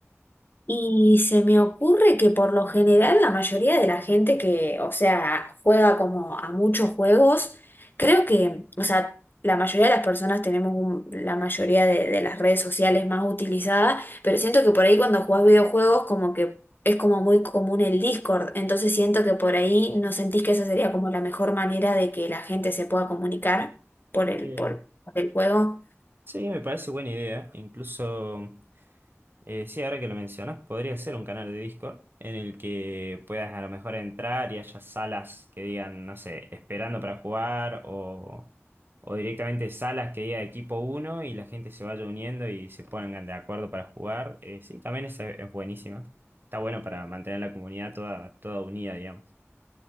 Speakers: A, on the left; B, on the right.
A: Y se me ocurre que por lo general la mayoría de la gente que, o sea, juega como a muchos juegos, creo que, o sea, la mayoría de las personas tenemos un- la mayoría de, de las redes sociales más utilizadas, pero siento que por ahí cuando jugás videojuegos como que es como muy común el Discord, entonces siento que por ahí no sentís que esa sería como la mejor manera de que la gente se pueda comunicar por el,
B: Eh,
A: por por el juego.
B: sí, me parece buena idea. Incluso Eh, sí, ahora que lo mencionas, podría ser un canal de Discord en el que puedas a lo mejor entrar y haya salas que digan, no sé, esperando para jugar o, o directamente salas que diga equipo uno y la gente se vaya uniendo y se pongan de acuerdo para jugar. Eh, sí, también esa es buenísima. Está bueno para mantener la comunidad toda, toda unida, digamos.